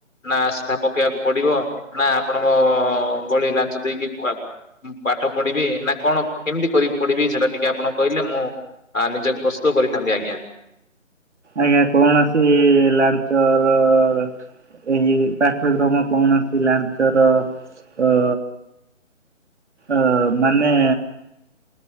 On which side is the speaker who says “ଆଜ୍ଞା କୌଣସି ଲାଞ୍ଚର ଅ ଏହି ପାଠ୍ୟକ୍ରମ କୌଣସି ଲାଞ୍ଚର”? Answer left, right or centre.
Right